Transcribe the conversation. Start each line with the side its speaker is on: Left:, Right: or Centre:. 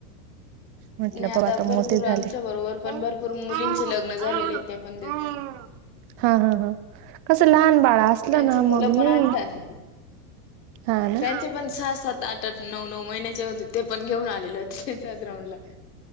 Right: म्हटलं
Left: नाही
Right: पाहू आता
Left: भरपूर
Right: मोठे झाले
Left: आमच्या बरोबर
Right: <unintelligible>
Left: पण भरपूर मुलींचे लग्न झालेले आहेत, ते पण देतय
Right: हा हा हा कसं लहान बाळा असलं
Left: त्यांचे
Right: ना
Left: मुलं
Right: मग
Left: पण
Right: नाही.
Left: आणतात
Right: हा ना
Left: त्यांचे पण सहा सहात आठ आठ नऊ नऊ महिन्याचे होते ते पण घेऊन आलेले होते ते त्या ग्राउंड ला.